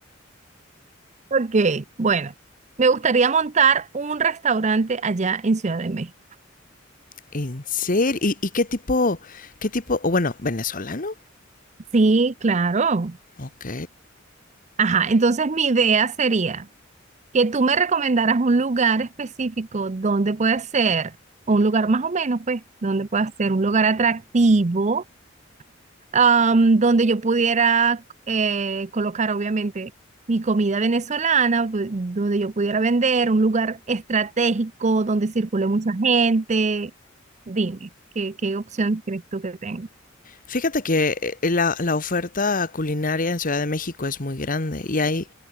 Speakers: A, on the right (about 35°); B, on the left (about 45°).
A: Ok, bueno, me gustaría montar un restaurante allá en Ciudad de México.
B: ¿En serio? ¿Y, y qué tipo, qué tipo, o bueno, venezolano?
A: Sí, claro.
B: Ok.
A: Ajá, entonces mi idea sería que tú me recomendaras un lugar específico donde puede ser, o un lugar más o menos, pues, donde pueda ser un lugar atractivo am, donde yo pudiera eh, colocar obviamente mi comida venezolana, pu- donde yo pudiera vender, un lugar estratégico donde circule mucha gente. Dime, ¿qué, qué opción crees tú que tengo?
B: Fíjate que eh, la, la oferta culinaria en Ciudad de México es muy grande y hay